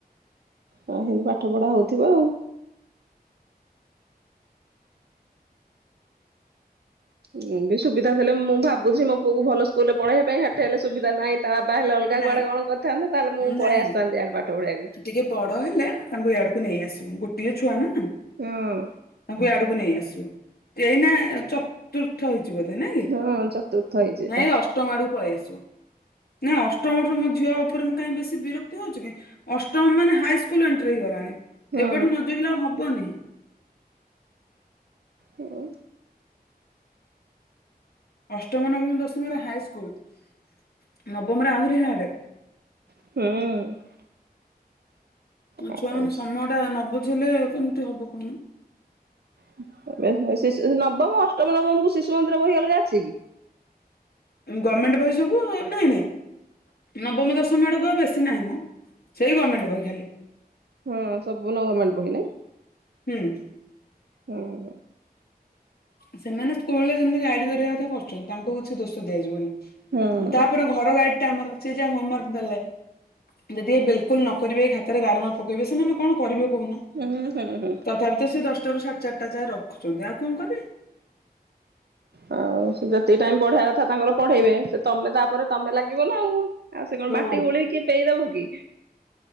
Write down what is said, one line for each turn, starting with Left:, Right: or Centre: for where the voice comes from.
Right: ହଁ ସେମିତି ପାଠ ପଢ଼ା ହଉଥିବ ଆଉ। ମୁଁ ବି ସୁବିଧା ଥିଲେ ମୁଁ ଭାବୁଛି ମୋ ପୁଅକୁ ଭଲ ସ୍କୁଲରେ ପଢେଇବା ପାଇଁ ଏଠି ହେଲେ ସୁବିଧା ନାହିଁ ତା ବାବା ହେଲେ ଅଲଗା
Left: ନାଇଁ
Right: କୁଆଡେ କଣ କରିଥାନ୍ତେ ତାହେଲେ ମୁଁ
Left: ନାଇଁ
Right: ପଳେଇ ଆସିଥାନ୍ତି ଇଆଡେ ପାଠ ପଢେଇବାକୁ।
Left: ଟିକେ ବଡ ହେଲେ ତାଙ୍କୁ ଇଆଡକୁ ନେଇ ଆସିବେ ଗୋଟିଏ ଛୁଆ ନା।
Right: ହଁ।
Left: ତାଙ୍କୁ ଇଆଡକୁ ନେଇ ଆସିବ ଏଇନା ଚ ତୁର୍ଥ ହେଇଛି ବୋଧେ ନା କି
Right: ହଁ ଚତୁର୍ଥ ହେଇଛି ଏଇଟା
Left: ନାଇଁ ଅଷ୍ ଷ୍ଟମ ଆଡକୁ ପଳେଇ ଆସିବ। ନା ଅଷ୍ଟମ ଠୁ ମୋ ଝିଅ ଉପରେ ମୁଁ କାହିଁ ବେଶୀ ବିରକ୍ତି ହଉଛି କି ଅଷ୍ଟମ ମାନେ ହାଇସ୍କୁଲ ଏଣ୍ଟ୍ରି ହେଇଗଲାଣି
Right: ହଁ
Left: ଏବେଠୁ ନଜଗିଲେ ଆଉ ହବନି।
Right: ହୁଁ।
Left: ଅଷ୍ଟମ, ନବମ, ଦଶମରେ ହାଇସ୍କୁଲ ନବମରେ ଆହୁରି ହାଡେ।
Right: ହୁଁ।
Left: ଅ
Right: ଆଉ
Left: ଛୁଆମାନେ ସମୟଟା ନ ବୁଝେଇଲେ କେମିତି ହବ କହୁନ।
Right: <unintelligible> ଶିଶ୍ ନବମ, ଅଷ୍ଟମ ନବମକୁ ଶିଶୁ ମନ୍ଦିର ବହି ଅଲଗା ଅଛି କି?
Left: ଗମେଣ୍ଟ ବହି ସବୁ ଏ ନାହିଁ ନାଇଁ। ନବମ ଦଶମ ଆଡ଼କୁ ଆଉ ବେଶୀ ନାହିଁ ମ, ସେଇ ଗଭର୍ଣ୍ଣମେଣ୍ଟ ବହି ଖାଲି।
Right: ହଁ ସବୁ ନ ଗର୍ଣମେଣ୍ଟ ବହି ନା।
Left: ହୁଁ।
Right: ହଁ।
Left: ସେମାନେ ସ୍କୁଲ ରେ ଯେମିତି ଗାଡି କରିବା କଥା କରୁଛନ୍ତି ତାଙ୍କୁ କିଛି ଦୋଷ ଦିଆଯିବନି।
Right: ହଁ
Left: ତାପରେ ଘର ଗାଡି ଟା ଆମର ସେ ଯା ହୋମୱାର୍କ ଦେଲେ। ଯଦି ଏ ବିଲକୁଲ ନ କରିବେ ଖାତାରେ ଗାର ନ ପକାଇବେ ସେମାନେ କଣ କରିବେ କହୁନ।
Right: ହୁଁ ହୁଁ ହୁଁ।
Left: ତଥାପି ତ ସେ ଦଶଟାରୁ ସାଢ଼େ ଚାରିଟା ଯାଁଏ ରଖୁଛନ୍ତି ଆଉ କଣ କରିବେ।
Right: ଆଉ ସେ ଯେତିକି ଟାଇମ ପଢେଇବେ କଥା ତାଙ୍କର ପଢେଇବେ ସେ ତମେ ତାପରେ ତମେ ଲାଗିବ ନା ଆଉ। ଆଉ ସେ କଣ
Left: ହଁ
Right: ବାଟି ଗୋଲେଇକି କିଏ ପିଏଇଦବ କି?